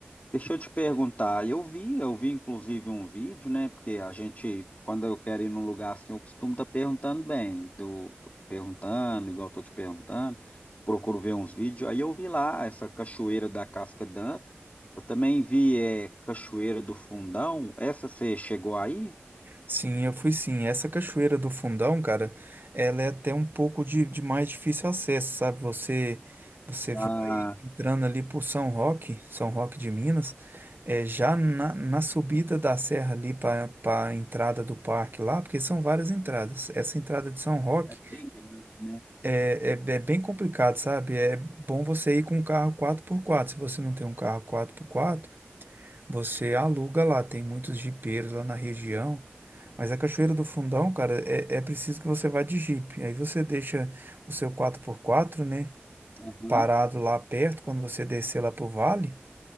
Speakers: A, on the left; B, on the right.
A: Deixa eu te perguntar, eu vi, eu vi inclusive um vídeo, né? Porque a gente, quando eu quero ir num lugar assim, eu costumo estar perguntando bem, do, perguntando, igual eu tô te perguntando, procuro ver uns vídeos. Aí eu vi lá essa cachoeira da Casca Danta, eu também vi é, Cachoeira do Fundão, essa você chegou aí?
B: Sim, eu fui sim. Essa cachoeira do Fundão, cara, ela é até um pouco de, de mais difícil acesso, sabe? Você você
A: Ah,
B: vai entrando ali por São Roque, São Roque de Minas, é, já na, na subida da serra ali para a entrada do parque lá, porque são várias entradas. Essa entrada de São Roque
A: é bem grande, né?
B: é, é, é bem complicado, sabe? É bom você ir com um carro quatro por quatro Se você não tem um carro quatro por quatro você aluga lá, tem muitos jipeiros lá na região. Mas a Cachoeira do Fundão, cara, é, é preciso que você vá de Jeep. Aí você deixa o seu quatro por quatro, né,
A: Aham,
B: parado lá perto, quando você descer lá pro vale,